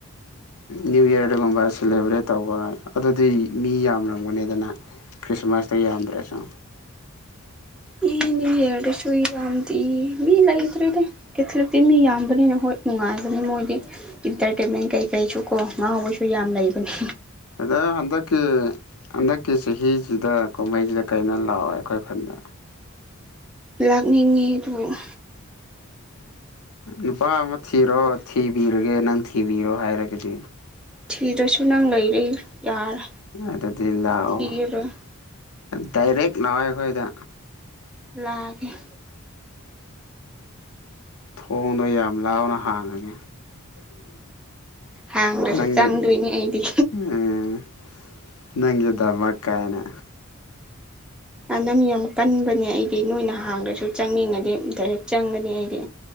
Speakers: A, on the left; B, in the centre.
A: ꯅ꯭ꯌꯨ ꯏꯔꯗꯒꯨꯝꯕ ꯁꯦꯂꯦꯕ꯭ꯔꯦꯠ ꯇꯧꯕ ꯑꯗꯨꯗꯤ ꯃꯤ ꯌꯥꯝꯔꯝꯒꯅꯤꯗꯅ ꯈ꯭ꯔꯤꯁꯃꯥꯁꯇ ꯌꯥꯝꯗ꯭ꯔꯁꯨ
B: ꯑꯦꯅꯤ ꯍꯔꯁꯨꯨ ꯏ ꯀꯗꯤ ꯃꯤ ꯂ ꯏꯗ꯭ꯔꯦꯗꯦ ꯀꯦꯊꯂꯤꯛꯇꯤ ꯃꯤ ꯌꯥꯝꯕꯅꯤꯅ ꯍꯣꯏ ꯅꯨꯡꯉꯥꯏꯕꯅꯤ ꯃꯣꯏꯗꯤ ꯏꯟꯇꯔꯇꯦꯟꯃꯦꯟ ꯀꯩꯀꯩꯁꯨ ꯀꯣ ꯉꯍꯥꯎꯕꯁꯨ ꯌꯥꯝ ꯂꯩꯕꯅꯤ
A: ꯑꯗꯨꯗꯣ ꯍꯟꯗꯛꯀꯤ ꯍꯟꯗꯛꯀꯤ ꯆꯍꯤꯁꯤꯗ ꯀꯨꯝꯍꯩꯁꯤꯗ ꯀꯩꯅꯣ ꯂꯥꯛꯑꯣ ꯑꯩꯈꯣꯏꯈꯟꯗ
B: ꯂꯥꯛꯅꯤꯡꯉꯤ ꯑꯗꯨꯒ
A: ꯅꯨꯄꯥ ꯑꯃ ꯊꯤꯔꯣ
B: ꯈꯪꯗ꯭ꯔꯦ
A: ꯊꯤꯕꯤꯔꯒꯦ ꯅꯪ ꯊꯤꯕꯤꯔꯣ ꯍꯥꯏꯔꯒꯗꯤ
B: ꯊꯤꯗ꯭ꯔꯁꯨ ꯅꯪ ꯂꯩꯔ ꯌꯥꯔꯦ
A: ꯑꯗꯨꯗꯤ ꯂꯥꯛꯑꯣ
B: ꯊꯤꯔꯔꯣꯏ
A: ꯗꯥꯏꯔꯦꯛ ꯂꯥꯛꯑꯣꯦ ꯑꯩꯈꯣꯏꯗ
B: ꯂꯥꯛꯑꯒꯦ
A: ꯊꯣꯡꯗꯣ ꯌꯥꯝ ꯂꯥꯎꯅ ꯍꯥꯡꯉꯒꯦ
B: ꯍꯥꯡꯗ꯭ꯔꯁꯨ
A: ꯅꯪꯦ
B: ꯆꯪꯗꯣꯏꯅꯤ ꯑꯩꯗꯤ
A: ꯎꯝ ꯅꯪꯒꯤꯗꯕ ꯀꯥꯏꯅ
B: ꯑꯅꯝ ꯌꯥꯝ ꯀꯟꯕꯅꯦ ꯑꯩꯗꯤ ꯅꯣꯏꯅ ꯍꯥꯡꯗ꯭ꯔꯁꯨ ꯆꯪꯅꯤꯡꯉꯅꯤ ꯗꯥꯏꯔꯦꯛ ꯆꯪꯒꯅꯤ ꯑꯩꯗꯤ